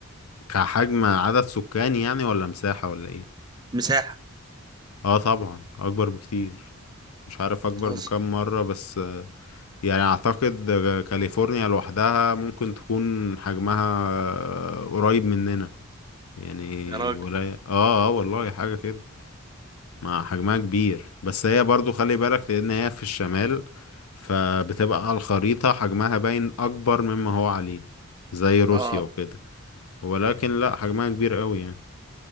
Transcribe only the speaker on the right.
مساحة
بتهزر
يا راجل
اه